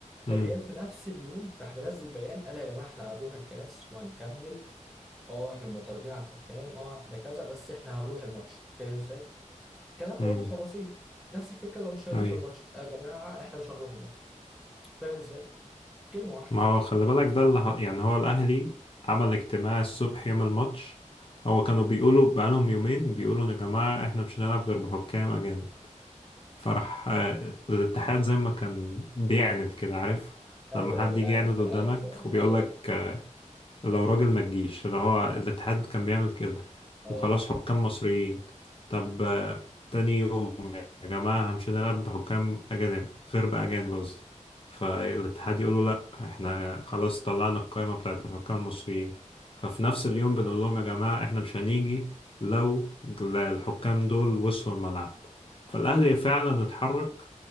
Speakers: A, on the left (about 45°); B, in the centre.
A: امم
B: الريال في نفس اليوم راح منزل بيان قال يا جماعه احنا هنروح الكاس وهنكمل اه احنا معترضين على الحكام اه احنا كذا بس احنا هنروح الماتش فاهم ازاي؟ كلام
A: امم
B: واضح وبسيط نفس الفكره لو مش هيروح
A: اي
B: الماتش آه، يا جماعه احنا مش هنروح الماتش فاهم ازاي؟ كلمه واحده
A: ما هو خلي بالك ده اللي ح- يعني هو الأهلي عمل اجتماع الصبح يوم الماتش هو كانوا بيقولوا بقالهم يومين بيقولوا يا جماعة احنا مش هنلعب غير بحكام أجانب فراح آه، الاتحاد زي ما كان بيعند كده عارف
B: ايوه
A: لما حد
B: ايوه انا
A: يجي يعند
B: عارف انا
A: قدامك
B: عارف اه
A: وبيقول
B: اه
A: لك آه، لو راجل ما تجيش اللي هو الاتحاد كان بيعمل كده
B: اه اه
A: وخلاص حكام مصريين طب آه، تاني يوم يا جماعة مش هنلعب بحكام أجانب غير بأجانب قصدي فالاتحاد يقول له لأ احنا خلاص طلعنا القائمة بتاعت الحكام المصريين ففي نفس اليوم بنقول لهم يا جماعة احنا مش هنيجي لو الحكام دول وصلوا الملعب فالأهلي فعلا اتحرك